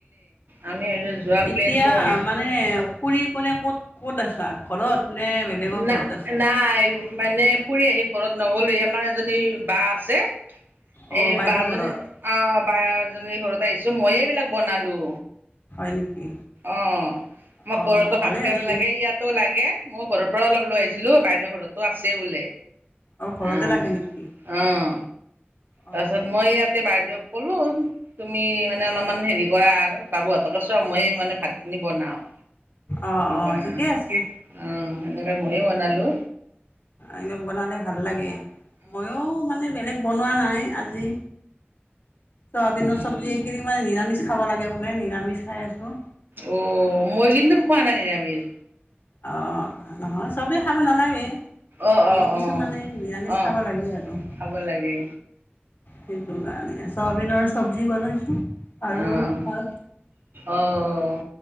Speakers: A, on the right; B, on the left.
A: আমি ভাবিছোঁ যোৱা
B: এতিয়া
A: প্লেনটো বন্ধ
B: মানে খুৰি কোনে ক'ত। ক'ত আছা ঘৰত নে বেলেগৰ
A: না
B: ঘৰত আছা
A: নাই মানে ফুৰি আহি ঘৰত নগলয়ে আমাৰ এজনী বা। আছে
B: অ
A: এই
B: বাইদেউৰ
A: বাজনী
B: ঘৰত
A: অ। বজনীৰ ঘৰত আহিছো মইয়ে এইবিলাক বনালো
B: হয় নেকি
A: অ মই
B: অ
A: কো
B: ভালে
A: ভাতকৰে
B: হৈছে
A: লাগে ইয়াতো লাগে মই ঘৰৰ পৰা অলপ লৈ আহিছিলো বাইদেউৰ ঘৰতো আছে বোলে
B: অ ঘৰতে
A: অহ
B: লাগে নেকি
A: অহ।
B: অঁ
A: তাৰপিছত মই ইয়াতে বাইদেউক ক'লো তুমি মানে অলপমান হেৰি কৰা আৰু বাবুহঁতকে চ মইয়ে মানে ভাত বনাও
B: অঁ অঁ
A: অ
B: ঠিকে আছে
A: সেনেকে মইয়ে বনালো
B: এনে বনালে ভাল লাগে ময়ো মানে বেলেগ বনোৱা নাই আজি চয়াবিনৰ ছৱজি
A: অঁ
B: এইকেইদিন মানে নিৰা। নিৰামিষ খাব লাগে বোলে নিৰামিষ খাই আছো
A: অ মই কিন্তু খোৱা নাই নিৰামিষ।
B: আহ নহয় চবেই খাব নালাগে
A: অ'
B: মানে
A: অ'
B: কিছুমানে
A: অ'
B: নিৰামিষ
A: অ'
B: খাব লাগে আৰু
A: খাব লাগে
B: সেইটো কাৰনে চয়াবিনৰ চবজি বনাইছো। আৰু
A: অ'
B: হয়।
A: অ'